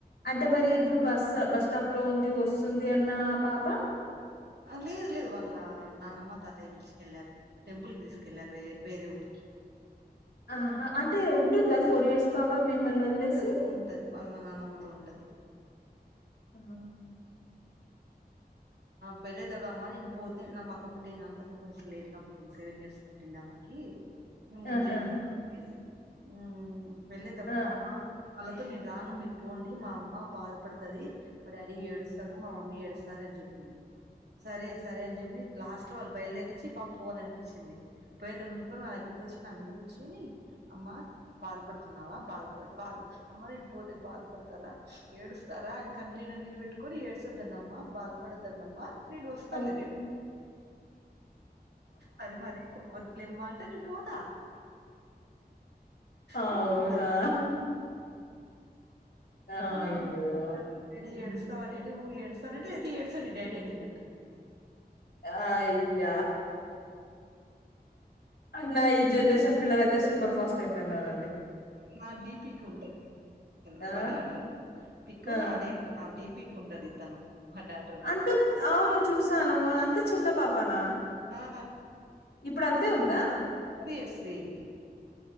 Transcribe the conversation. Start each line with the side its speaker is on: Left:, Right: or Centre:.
Left: అంటే మరి ఇప్పుడు బస్ బస్ స్టాప్ లో ఉంది వస్తుంది అన్న పాప
Right: లేదు లేదు వాళ్ళ నానమ్మ తాతయ్య పిలిచుకెళ్లారు టెంపుల్ కి తీసుకెళ్లారు వేరే ఊరికి
Left: ఆహా అంటే ఉంటుందా ఫోర్ ఇయర్స్ పాప మిమ్మల్ని వదిలేసి
Right: ఉంటది ఉంటది వాళ్ల నానమ్మతో ఉంటది
Left: ఆ
Right: పేలే త అమ్మమా న పో <unintelligible> నా మాకు ఒకటే నా తను కొంచెం లేట్ గా పుట్టింది సెవెన్ ఇయర్స్ పుట్టింది అమ్మాకి మేము ఉండలేము
Left: ఆహా
Right: తనను వదిలేసి ఉమ్ వెళ్ళేటప్పుడు
Left: ఆహా
Right: అమ్మ నేను రాను మీరు పోండి మా అమ్మ బాధపడుతుంది మా డాడీ ఏడుస్తాడు మా మమ్మీ ఏడుస్తాది అని చెప్పింది సరే సరే అని చెప్పి లాస్ట్ లో వాళ్ళు బయలుదేరి నుంచి పాప పోవాలనిపించింది పోయేడుకుని నా దర్కుచ్చి నా మీద కూర్చుని అమ్మా బాధపడుతున్నావా బాధపా బాధ అమ్మ నేను పోతే బాధపడు తారా ఏడ్స్తారా అని కళ్ళనిండా నీరు పెట్టుకుని ఏడ్సద్దన్నమ్మ బాధ పడద్దనమ్మ నేను వస్తాలే
Left: అవును
Right: రేపు సరే మరి పోవద్లేమ్మా అంటే నేను పోతా
Left: అవునా
Right: నేను పోతాను
Left: అయ్యో!
Right: ఉమ్ రెడి
Left: హ్మ్.
Right: ఎడుస్తావ రెడి అవు నువ్వు ఏడుస్తా నంటే అయితే ఏడ్సోని డాడి అనిందంట
Left: ఆ అయ్య నా ఈ జనరేషన్ పిల్లలు అయితే సూపర్ ఫస్ట్ అయిపోయిన్నారు.
Right: నా డీపికి ఉంటయి
Left: ఆ!
Right: మా డాటర్ పిక్
Left: ఆ!
Right: నానే నా డీపికి కు ఉంటాది తను మా డాటర్
Left: అంత
Right: పిక్.
Left: అవును చూసాను అంత చిన్న పాపనా
Right: ఆ!
Left: ఇప్పుడు అంతే ఉందా
Right: తీ ఇయర్స్ బేబి